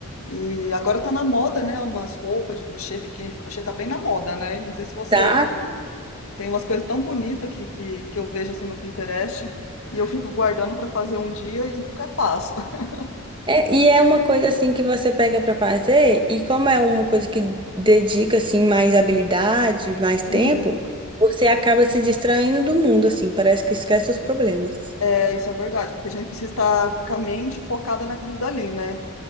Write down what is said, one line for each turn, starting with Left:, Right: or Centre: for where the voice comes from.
Left: E agora tá na moda, né? Umas roupas de crochê, biquíni de crochê, tá bem na moda, né? Não sei se você
Right: Tá
Left: viu. Tem umas coisas tão bonitas que, que, que eu vejo assim no Pinterest e eu fico guardando pra fazer um dia e nunca faço. <laughs>
Right: É, e é uma coisa assim que você pega pra fazer, e como é uma coisa que dedica assim mais habilidade, mais tempo,
Left: Uhum.
Right: você acaba se distraindo do mundo assim, parece que esquece os problemas.
Left: É, isso é verdade, porque a gente precisa estar com a mente focada naquilo dali, né?